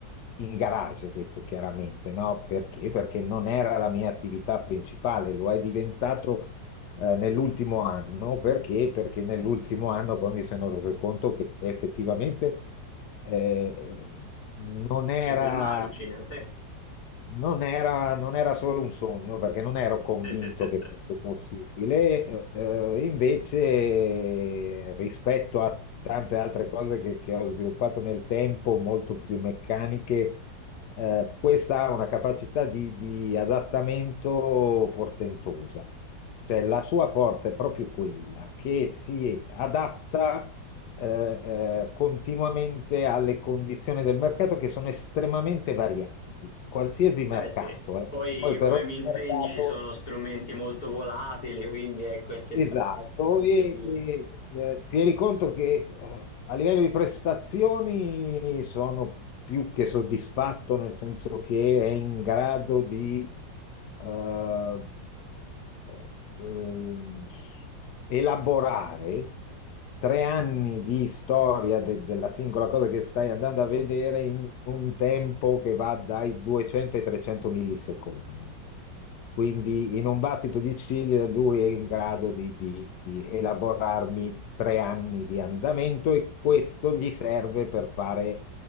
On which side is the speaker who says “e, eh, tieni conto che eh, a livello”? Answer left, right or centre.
Left